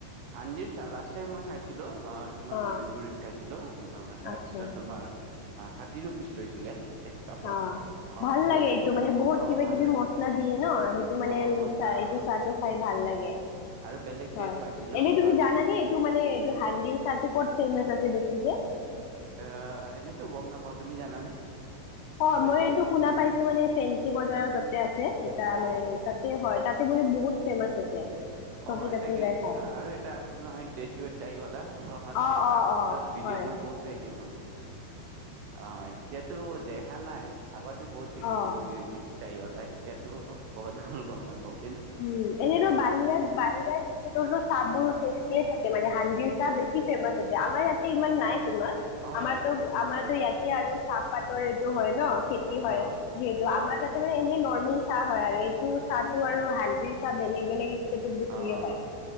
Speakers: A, on the right; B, on the left.
A: হাঁড়িৰ চাহ, লাষ্ট টাইম মই খাইছিলো। অহ তোমাৰ
B: অ
A: গনেশ গুৰিত খাইছিলো। অহ তাৰপিছত
B: আচ্ছা
A: তোমাৰ অ থাৰ্টি ৰুপিচ লৈছিলে। এক কাপৰ
B: অহ,
A: অ
B: ভাল
A: ভালে
B: লাগে
A: লাগিছে
B: এইটো মানে বহুত
A: অ
B: কিবা-কিবি
A: ভাল লাগে
B: মচলা দিয়ে ন? সেইটো মানে
A: অ মছলা
B: চাহ এইটো
A: অ
B: চাহটো খাই ভাল লাগে।
A: আৰু বেলেগ টেষ্ট
B: হয়।
A: পাইছিলো
B: এনেই তুমি
A: আৰু
B: জানানেই?
A: এ
B: এইটো মানে হাঁড়িৰ চাহটো ক'ত ফেমাচ আছে বেছিকে?
A: আহ এনেইতো গম নাপাও তুমি জানানে?
B: অ
A: বেছি
B: মই এইটো শুনা পাইছো মানে ফেঞ্চি বজাৰত তাতে আছে এটা
A: অ
B: মানে তাতে হয় ত বুলি বহুত ফেমাচ আছে। চবে
A: অহ
B: তাতে
A: এটা
B: যায় খায়
A: আৰু এটা আছিল নহয়, গ্ৰেজুৱেট চাই ৱালা? অহ
B: অঁ অঁ অঁ
A: তাৰ ভিডিঅ'
B: হয়
A: বোৰ বহুত চাইছিল। অহ এতিয়াতো দেখা নাই। আগতে বহুত দেখিছিলো
B: অঁ
A: গ্ৰেজুৱেট চাই ৱাল এতিয়াতো, ক'বাত গল গম নাপাওঁ।
B: উম এনেকো বাহিৰত বাহ সেই ষ্টতৰটো চাহবোৰ টেষ্টি এ থাকে। মানে হাঁড়িৰ চাহ বেছি ফেমাচ আছে আমাৰ ইয়াতে ইমান নাই। তোমাৰ
A: হয়
B: আমাৰতো-আমাৰতো
A: হয় তুমি ঠিক ক'লা
B: ইয়াতে আৰু চাহপাতৰ এইটো হয় ন খেতি হয়
A: অ
B: যিহেতু
A: হয়
B: আমাৰ
A: হয়
B: তাতে মানে এনে নৰ্মেল চাহ হয় আৰু এইটো চাহটো আৰু হাঁড়িৰ চাহ বেলেগ বেলেগ ষ্টেটত বেছিকে
A: অ'
B: হয়